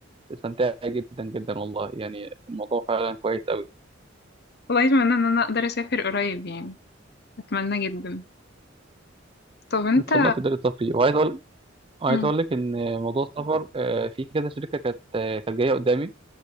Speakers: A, on the right; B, on the left.
A: تستمتعي جدا جدا والله يعني الموضوع فعلا كويس قوي
B: والله اتمنى ان انا اقدر اسافر قريب يعني اتمنى جدا طب انت
A: ان شاء الله تقدري تسافري وعايز اقول عايز
B: مم.
A: اقول لك ان موضوع السفر آه، في كذا شركه كانت آه، كانت جايه قدامي